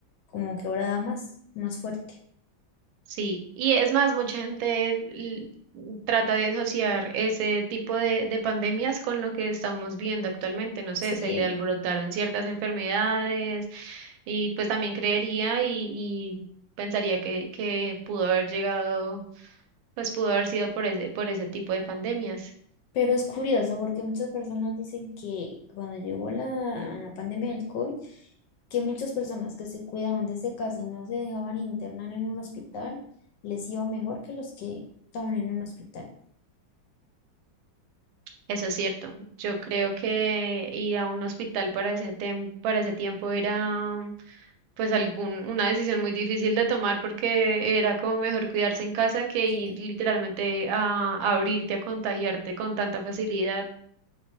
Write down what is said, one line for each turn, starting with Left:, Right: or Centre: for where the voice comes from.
Left: como que ahora da más, más fuerte.
Right: Sí, y es más, mucha gente l- trata de asociar ese tipo de, de pandemias con lo que estamos viendo actualmente. No sé,
Left: Sí,
Right: se le alborotaron ciertas enfermedades y pues también creería y, y pensaría que, que pudo haber llegado, pues pudo haber sido por ese, por ese tipo de pandemias.
Left: Pero es curioso porque muchas personas dicen que cuando llegó la, la pandemia del COVID, que muchas personas que se cuidaban desde casa y no se dejaban internar en un hospital, les iba mejor que los que estaban en un hospital.
Right: Eso es cierto. Yo creo que ir a un hospital para ese tem- para ese tiempo era pues algún, una decisión muy difícil de tomar porque era como mejor cuidarse en casa que
Left: Sí.
Right: ir literalmente a, a abrirte, a contagiarte con tanta facilidad.